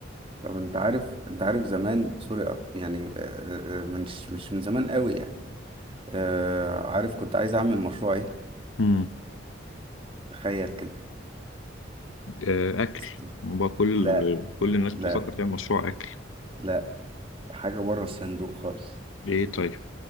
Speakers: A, on the right; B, on the left.
A: طب أنت عارف أنت عارف زمان سوري أط- يعني آه، آه، مش مش من زمان قوي يعني آه، عارف كنت عايز أعمل مشروع إيه
B: مم.
A: تخيل كده
B: آه، أكل
A: است-
B: بقى كل
A: لا
B: كل الناس
A: لا
B: بتفكر تعمل مشروع أكل
A: لا حاجة بره الصندوق خالص
B: ايه طيب؟